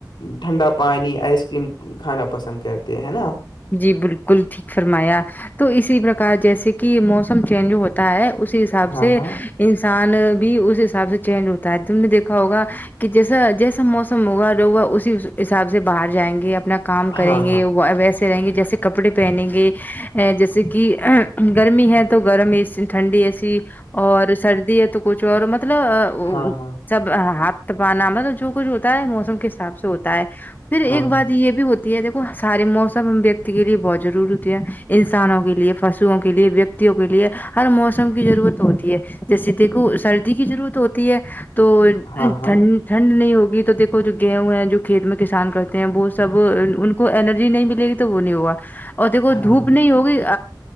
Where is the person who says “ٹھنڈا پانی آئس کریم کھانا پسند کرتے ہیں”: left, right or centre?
Left